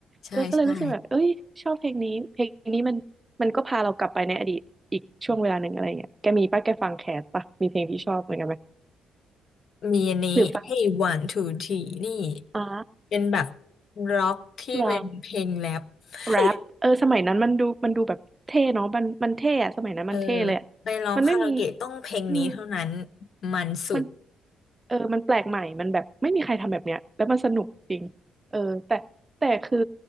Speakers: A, on the left; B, on the right.
A: ใช่ใช่
B: เออก็เลยรู้สึกแบบเอ้ยชอบเพลงนี้เพลงนี้มันมันก็พาเรากลับไปในอดีตอีกช่วงเวลาหนึ่งอะไรเงี้ยแกมีป่ะแกฟังแคสป่ะมีเพลงที่ชอบเหมือนกันไหม
A: มีอันนี้
B: หรือฟัง
A: Hey One Two Three นี่
B: อ๋อ
A: เป็นแบบร็อกที่เป็นเพลงแรป
B: <laughs> เหรอ
A: <laughs>
B: แรปเออสมัยนั้นมันดูมันดูแบบเท่เนาะมันมันเท่อะสมัยนั้นมันเท่เลยอะ
A: เออไปร้องคาราโอเกะต้องเพลงนี้เท่านั้น
B: มันไม่มีอืม
A: มันสุด
B: มันเออมันแปลกใหม่มันแบบไม่มีใครทำแบบเนี้ย แล้วมันสนุกจริงเออแต่แต่คือ